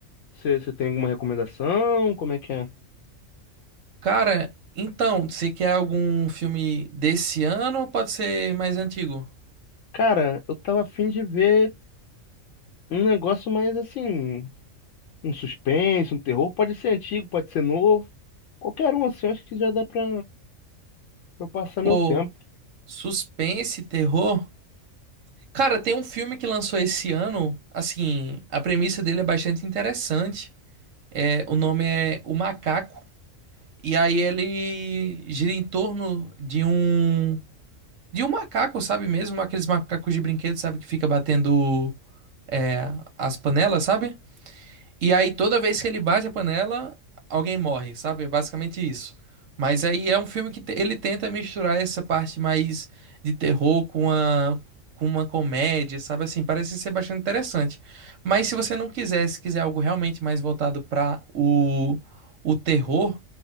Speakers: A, on the left; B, on the right.
A: Você você tem alguma recomendação? Como é que é?
B: Cara, então, você quer algum filme desse ano ou pode ser mais antigo?
A: Cara, eu tava afim de ver um negócio mais assim. Um suspense, um terror, pode ser antigo, pode ser novo. Qualquer um assim, eu acho que já dá pra eu passar
B: Pô,
A: meu tempo.
B: suspense, terror? Cara, tem um filme que lançou esse ano. Assim, a premissa dele é bastante interessante. É, o nome é O Macaco. E aí ele gira em torno de um. De um macaco, sabe mesmo? Aqueles macacos de brinquedo, sabe? Que fica batendo é, as panelas, sabe? E aí, toda vez que ele bate a panela, alguém morre, sabe? É basicamente isso. Mas aí é um filme que te- ele tenta misturar essa parte mais de terror com uma, com uma comédia, sabe? Assim, parece ser bastante interessante. Mas se você não quiser, se quiser algo realmente mais voltado para o, o terror,